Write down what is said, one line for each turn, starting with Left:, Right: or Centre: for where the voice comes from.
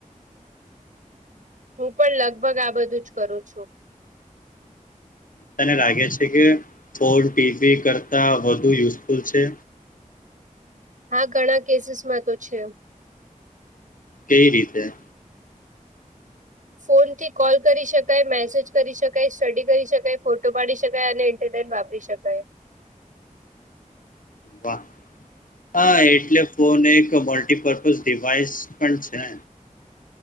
Right: હું પણ લગભગ આ બધું જ કરું છુ.
Left: તને લાગે છે કે ફોન, ટીવી કરતા વધુ યુઝફુલ છે.
Right: હા, ઘણા કેસીસમાં તો છે.
Left: કઈ રીતે
Right: ફોનથી કોલ કરી શકાય, મેસેજ કરી શકાય, સ્ટડી કરી શકાય, ફોટો પાડી શકાય અને ને વાપરી શકાય.
Left: હ હા, એટલે ફોન એક મલ્ટીપર્પઝ ડિવાઈસ પણ છે.